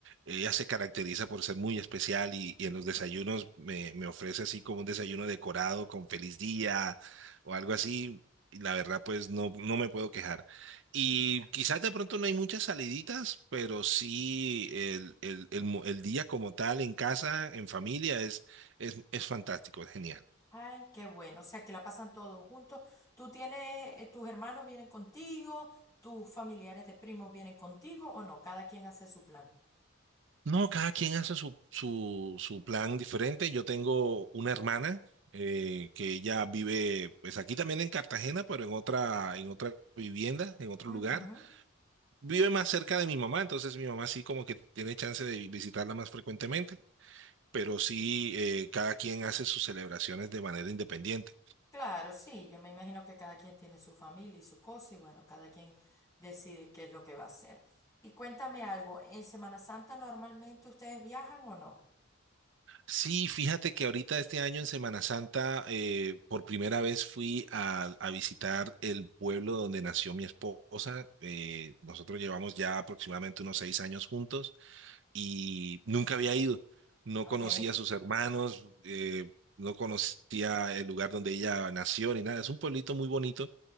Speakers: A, on the right; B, on the left.
A: ella se caracteriza por ser muy especial y, y en los desayunos me, me ofrece así como un desayuno decorado con feliz día o algo así. Y la verdad, pues no, no me puedo quejar. Y quizás de pronto no hay muchas saliditas, pero sí el, el- el mo- el día como tal en casa, en familia, es, es, es fantástico, es genial.
B: Ay, qué bueno, o sea, que la pasan todos juntos. ¿Tú tienes, eh, tus hermanos vienen contigo, tus familiares de primos vienen contigo o no? Cada quien hace su plan.
A: No, cada quien hace su, su, su plan diferente. Yo tengo una hermana eh, que ella vive, pues aquí también en Cartagena, pero en otra, en otra vivienda, en otro
B: Ujú,
A: lugar. Vive más cerca de mi mamá, entonces mi mamá sí como que tiene chance de vi- visitarla más frecuentemente, pero sí eh, cada quien hace sus celebraciones de manera independiente.
B: Claro, sí, yo me imagino que cada quien tiene su familia y su cosa y bueno, cada quien decide qué es lo que va a hacer. Y cuéntame algo, ¿en Semana Santa normalmente ustedes viajan o no?
A: Sí, fíjate que ahorita este año en Semana Santa eh, por primera vez fui a, a visitar el pueblo donde nació mi esposa. Eh, nosotros llevamos ya aproximadamente unos seis años juntos y nunca había ido. No
B: Ok.
A: conocía a sus hermanos, eh, no conocía el lugar donde ella nació ni nada. Es un pueblito muy bonito,